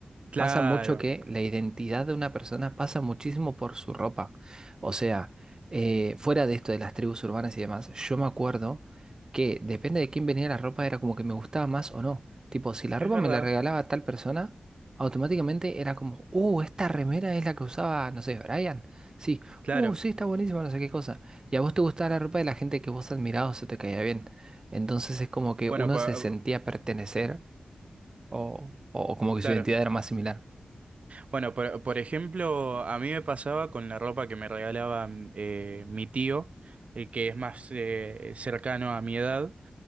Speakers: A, on the right; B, on the right.
A: Claro,
B: Pasa mucho que la identidad de una persona pasa muchísimo por su ropa. O sea, eh, fuera de esto de las tribus urbanas y demás, yo me acuerdo que depende de quién venía la ropa, era como que me gustaba más o no. Tipo, si la ropa
A: es verdad.
B: me la regalaba tal persona, automáticamente era como, uh, esta remera es la que usaba, no sé, Brian. Sí,
A: Claro,
B: uh, sí, está buenísima, no sé qué cosa. Y a vos te gustaba la ropa de la gente que vos admirabas o se te caía bien. Entonces es como que
A: bueno,
B: uno
A: por,
B: se sentía pertenecer o, o como que
A: claro.
B: su identidad era más similar.
A: Bueno, por, por ejemplo, a mí me pasaba con la ropa que me regalaba mm, eh, mi tío, el que es más eh, cercano a mi edad,